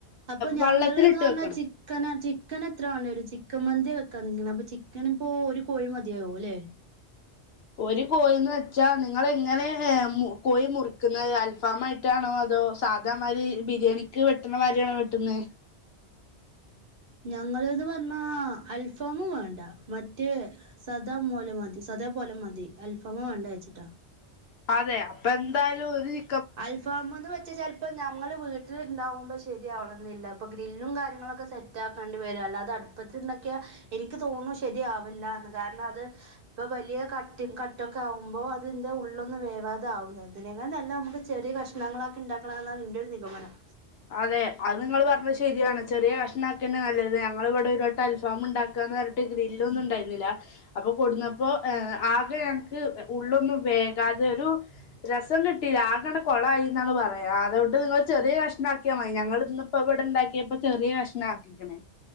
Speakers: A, on the right; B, on the left.
A: അപ്പൊ ഞങ്ങള്ന്ന്
B: വള്ളത്തിലിട്ട്
A: പറഞ്ഞാ
B: വെക്കണം
A: ചിറ്റ് ചിക്കന ചിക്കൻ എത്ര ആണ് ഒരു ചിക്കൻ മന്തി വെക്കാനിങ്ങനെ അപ്പൊ ചിക്കൻ ഇപ്പോ ഒരു കോഴി മതിയാവോല്ലേ
B: ഒരു കോഴന്ന് വെച്ചാ നിങ്ങളെങ്ങനെ കോഴി മുറിക്കുന്നത് അൽഫാമായിട്ട് ക്കാണോ അതോ സാദാമാതിരി ബിരിയാണിക്ക് വെട്ടണ മാതിരിണോ വെട്ടുന്നേ
A: ഞങ്ങള്ന്ന് പറഞ്ഞാ അൽഫാമ് വേണ്ട മറ്റേ സദാ പോലെ മതി സദാ പോലെ മതി അൽഫാം വേണ്ടാ വെച്ചിട്ടാ
B: അതെ അപ്പൊ എന്തായാലും ഒരു ചി
A: അൽഫാമ്ന്ന് വെച്ചാ ചിലപ്പോ ഞങ്ങള് വീട്ട ട്ടില് ഇണ്ടാകുമ്പോ ശരിയാവണംന്നില്ല ഇപ്പൊ ഗ്രില്ലും കാര്യങ്ങളൊക്കെ സെറ്റ് ആക്കേണ്ടി വരും അല്ലാതെ അടുപ്പത്തി ഉണ്ടാക്കിയ എനിക്ക് തോന്നുന്നു ശരിയാവില്ല എന്ന് കാരണം അത് ഇപ്പൊ വലിയ കട്ടിങ് കട്ടൊക്കെ ആകുമ്പോൾ അതിന്റ ഉള്ളൊന്നും വേവാതെ ആവുന്ന ഇതിനെക്ക നല്ല നമുക്ക് ചെറിയ കഷ്ണങ്ങളൊക്കെ ഉണ്ടാക്കണന്നാണ് എന്റെ ഒരു നിഗമനം
B: അതെ അത് നിങ്ങള് പറഞ്ഞത് ശരിയാണ് ചെറിയ കഷ്ണം ആക്കേണേ നല്ലത് ഞങ്ങൾ ഇവിടെ ഒരുവട്ടം അൽഫാം ഉണ്ടാക്ക ക്കാന്ന് പറഞ്ഞിട്ട് ഗ്രില്ലൊന്നും ഉണ്ടായിരുന്നില്ല അപ്പൊ കൊണ്ടന്നപ്പോ ഏ ആകെ ഞങ്ങക്ക് അ ഉള്ളൊന്നും വേകാതെ ഒരു രസം കിട്ടിയില്ല ആകണ്ട് കൊളായി എന്നാണ് പറയാം അതുകൊണ്ട് നിങ്ങൾ ചെറിയ കഷ് ണാക്കിയാ മതി ഞങ്ങള് ഇന്നിപ്പോ ഇവിടെ ഇണ്ടാക്കിയപ്പോ ചെറിയ കഷണാക്കിക്കണ്